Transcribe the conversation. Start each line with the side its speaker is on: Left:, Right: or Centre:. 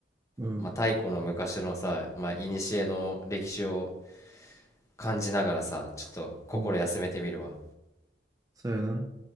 Right: うん。
Left: まあ、太古の昔のさ、まあ、古の歴史を感じながらさ、ちょっと心休めてみるわ。
Right: うん。そうやな。